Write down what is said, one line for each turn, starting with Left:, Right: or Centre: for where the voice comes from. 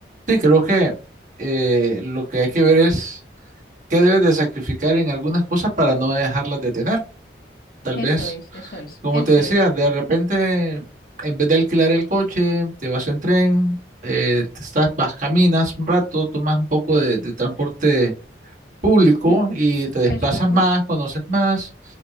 Right: Sí, creo que eh, lo que hay que ver es qué debes de sacrificar en algunas cosas para no dejarlas de tener. Tal
Left: Eso
Right: vez.
Left: es, eso es,
Right: Como
Left: eso
Right: te decía,
Left: es,
Right: de repente, en vez de alquilar el coche, te vas en tren, eh, te estás, vas, caminas un rato, tomas un poco de, de transporte público
Left: mm,
Right: y te desplazas
Left: eso
Right: más,
Left: es.
Right: conoces más,